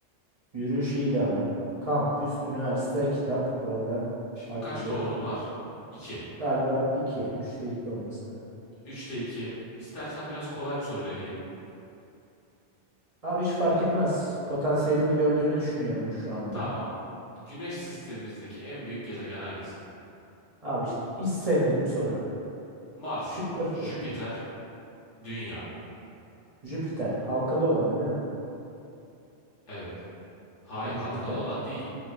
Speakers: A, on the right; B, on the left.
A: yürüyüş iyiydi ama. Kampüs, üniversite, kitap oradan
B: Şimdi
A: hafıza.
B: kaç doğrun var? 2.
A: Galiba 2, üçte 2 olması lazım.
B: Üçte 2. İstersen biraz kolay bir soruyla geleyim.
A: Abi hiç fark etmez. Potansiyelimi gördüğünü düşünüyorum şu anda.
B: Tamam. Güneş sistemimizdeki en büyük gezegen hangisi?
A: Abi işte hiç sevmediğim soru.
B: Mars,
A: Şıkları
B: Jüpiter,
A: söyle.
B: Dünya.
A: Jüpiter halkalı olanı değil mi?
B: Evet. Hayır,
A: Tam
B: halkalı
A: Jüpiter.
B: olan değil.